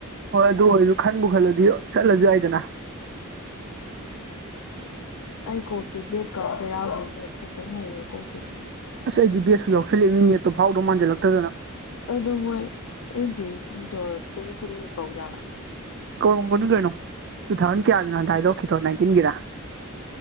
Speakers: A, on the right (about 55°); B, on the left (about 80°).
A: ꯍꯣꯏ ꯑꯗꯨ ꯑꯣꯏꯔꯁꯨ ꯈꯟꯕꯨ ꯈꯜꯂꯗꯤ ꯆꯠꯂꯁꯨ ꯌꯥꯏꯗꯅ
B: ꯑꯩ ꯀꯣꯛꯁꯦ ꯕ꯭ꯂꯦꯠꯀ ꯑꯝꯇ ꯌꯥꯎꯗꯦ ꯅꯦꯠ ꯈꯛꯇꯪ ꯂꯩꯔꯦ ꯀꯣꯛꯁꯤꯗ
A: ꯑꯁ ꯑꯩ ꯦꯁꯁꯨꯎꯜꯂꯛꯦꯅꯤ ꯅꯠꯇ ꯐꯥꯎꯗ ꯃꯥꯟꯜꯂꯛꯇꯗꯅ
B: ꯑꯗꯣ ꯃꯣꯏ ꯑ ꯕꯤ ꯁꯤꯗꯣ ꯆꯍꯤ ꯈꯨꯗꯤꯡꯒꯤ ꯀꯧꯖꯂ
A: ꯀꯧꯔꯝꯒꯅꯨ ꯀꯩꯅꯣ ꯇꯨ ꯊꯥꯎꯖꯟ ꯀꯌꯥꯒꯤꯅꯣꯗ ꯍꯥꯏꯗꯣꯛꯈꯤꯗꯣ ꯅꯥꯏꯟꯇꯤꯟꯒꯤꯔ <inaudible>